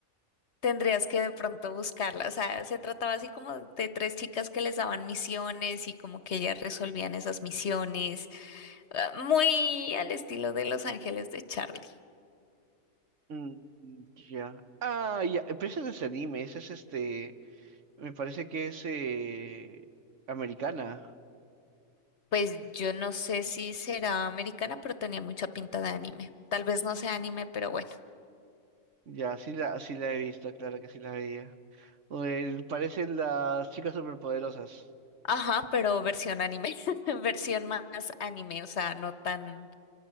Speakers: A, on the left (about 55°); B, on the right (about 60°).
A: Tendrías que de pronto buscarla. O sea, se trataba así como de tres chicas que les daban misiones y como que ellas resolvían esas misiones, ah, muy al estilo de Los Ángeles de Charlie.
B: Mm, ya. Ah, ya. eh, Pero ese no es anime, ese es este. Me parece que es eh, americana.
A: Pues yo no sé si será americana, pero tenía mucha pinta de anime. Tal vez no sea anime, pero bueno.
B: Ya, sí la, sí la he visto, claro que sí la veía. Eh, parecen las chicas superpoderosas.
A: Ajá, pero versión anime, <laughs> versión más anime, o sea, no tan,